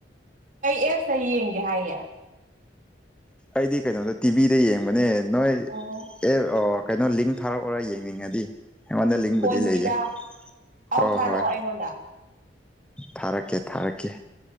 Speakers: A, on the right; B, in the centre.
A: ꯑꯦꯞꯁꯇꯩ ꯌꯦꯡꯒꯦ ꯍꯥꯏꯌꯦ
B: ꯑꯩꯗꯤ ꯀꯩꯅꯣꯗ ꯇꯤꯚꯤꯗ ꯌꯦꯡꯕꯅꯦ ꯅꯣꯏ
A: ꯑꯣ
B: ꯑꯦꯞ ꯑꯣ ꯀꯩꯅꯣ ꯂꯤꯡ ꯊꯥꯔꯛꯎꯔꯥ ꯌꯦꯡꯅꯤꯡꯉꯗꯤ ꯑꯩꯉꯣꯟꯗ ꯂꯤꯡꯕꯨꯗꯤ
A: ꯐꯣꯟꯒꯤꯗ
B: ꯂꯩꯌꯦ
A: ꯑꯧ
B: ꯍꯣꯏ
A: ꯊꯥꯔꯛꯑꯣ
B: ꯍꯣꯏ
A: ꯑꯩꯉꯣꯟꯗ
B: ꯊꯥꯔꯛꯀꯦ ꯊꯥꯔꯛꯀꯦ